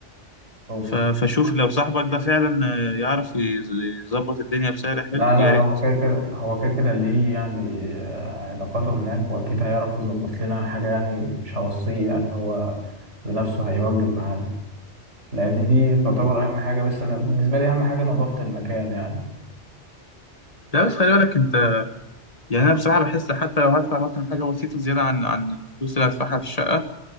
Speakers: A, on the right; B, on the left.
A: أوكي.
B: ف... فشوف لو صاحبك ده فعلا آه، يعرف يز- يظبط الدنيا بسعر حلو
A: لا لا
B: يا ريت
A: هو كده كده هو كده كده ليه يعني آه، علاقاته هناك وأكيد هيعرف يظبط لنا حاجة يعني مش هوصيه يعني هو بنفسه هيوجب معانا لأن دي تعتبر أهم حاجة بس أنا بالنسبة لي أهم حاجة نظافة المكان يعني
B: لا بس خلي بالك انت يعني انا بصراحه بحس حتى لو هدفع مثلا حاجه بسيطه زياده عن عن الفلوس اللي هدفعها في الشقه